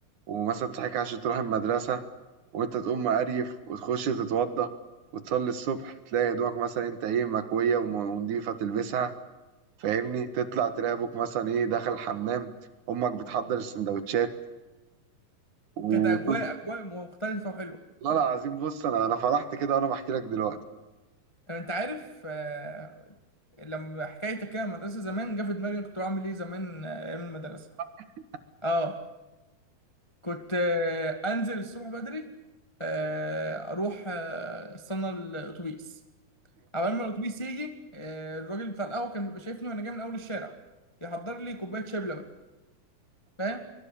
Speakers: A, on the right (about 60°); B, on the left (about 25°).
A: ومثلا تصحيك عشان تروح المدرسه وانت تقوم مقريف وتخش تتوضى وتصلي الصبح تلاقي هدومك مثلا انت ايه مكويه وم- ونضيفه تلبسها فاهمني تطلع تلاقي ابوك مثلا ايه داخل الحمام امك بتحضر السندوتشات و
B: كانت اجواء اجواء مختلفة وحلوة
A: والله العظيم بص انا انا فرحت كده وانا بحكي لك دلوقتي
B: طب انت عارف آه، لما حكايتك كده المدرسه زمان جه في دماغي كنت بعمل ايه زمان آه، ايام المدرسه
A: <laughs>
B: اه كنت آه، انزل الصبح بدري آه، اروح آه، استنى الاتوبيس اول ما الاتوبيس يجي آه، الراجل بتاع القهوه كان بيبقى شايفني وانا جاي من اول الشارع يحضر لي كوبايه شبلة بقى فاهم